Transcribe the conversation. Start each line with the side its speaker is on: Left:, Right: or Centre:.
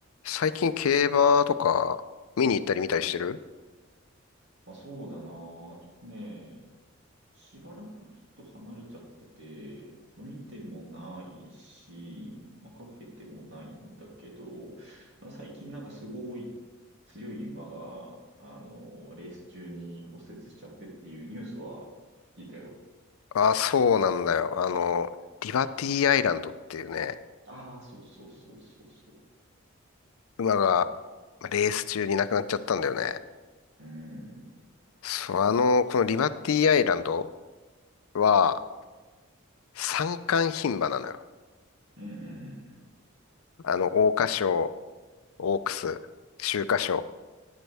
Left: 最近競馬とか見に行ったり見たりしてる
Right: まあそうだな。ちょっとね、しばらくちょっと離れちゃってて、まあ見てもないし、まあ、かけてもないんだけど、まあ最近なんかすごい強い馬が、あの、レース中に骨折しちゃってっていうニュースは聞いたよ。
Left: ああ、そうなんだよ。あの、リバティアイランドっていうね、
Right: ああ、そうそうそうそうそう。
Left: 馬がまあレース中に亡くなっちゃったんだよね。
Right: うーん。
Left: そう、あの、このリバティアイランドは三冠牝馬なのよ。
Right: うんうん
Left: あの、桜花賞、オークス、秋華賞、